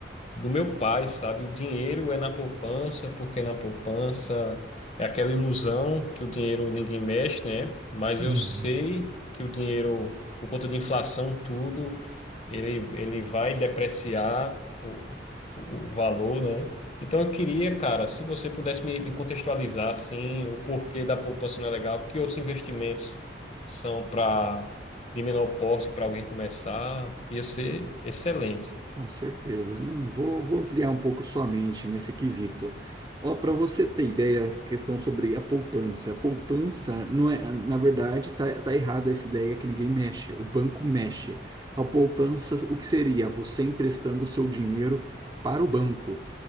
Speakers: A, on the left; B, on the right.
A: do meu pai, sabe? O dinheiro é na poupança, porque na poupança é aquela ilusão que o dinheiro ninguém mexe, né? Mas
B: Uhum.
A: eu sei que o dinheiro, por conta de inflação, tudo, ele, ele vai depreciar o, o o valor, né? Então eu queria, cara, se você pudesse me, me contextualizar, assim, o porquê da poupança não é legal, que outros investimentos são para de menor porte para alguém começar, ia ser excelente.
B: Com certeza. Não, vou, vou ampliar um pouco sua mente nesse quesito. Ó, para você ter ideia, questão sobre a poupança. A poupança não é, na verdade, tá, tá errado essa ideia que ninguém mexe. O banco mexe. A poupança, o que seria? Você emprestando o seu dinheiro para o banco,